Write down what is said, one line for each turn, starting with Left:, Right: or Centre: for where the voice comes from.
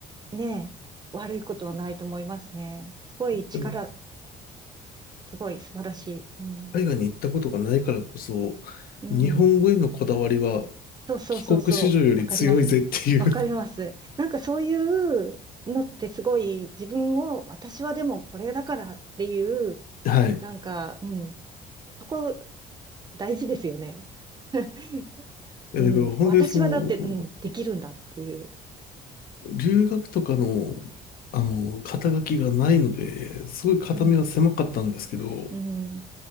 Right: ね、悪いことはないと思いますね。すごい力、
Left: うん
Right: すごい素晴らしい。うん。
Left: 海外に行ったことがないからこそ、
Right: うん。
Left: 日本語へのこだわりは
Right: そうそうそうそう。
Left: 帰国子女より強いぜっていう
Right: わかります。わかります。なんかそういうのってすごい自分を、私はでもこれだからっていう、
Left: <laughs> はい。
Right: なんか、うん。そこ大事ですよね。<laughs>
Left: いや、
Right: うん。
Left: だから本当にその、
Right: 私はだって、うん、できるんだっていう。
Left: 留学とかの、あの、肩書きがないので、すごい肩身は狭かったんですけど、
Right: うん。うん。